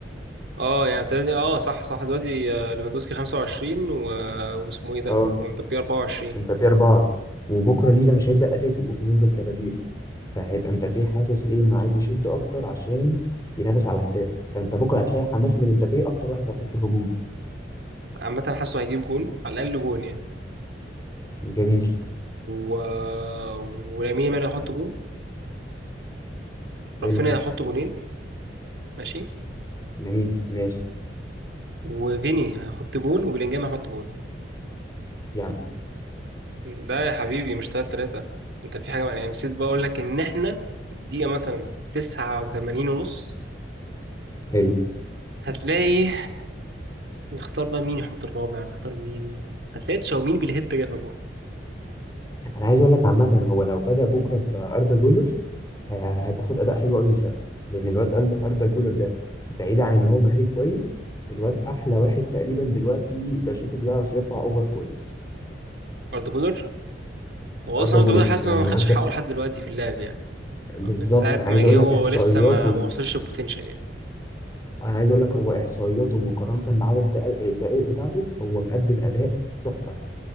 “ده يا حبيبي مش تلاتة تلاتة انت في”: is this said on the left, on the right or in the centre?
Right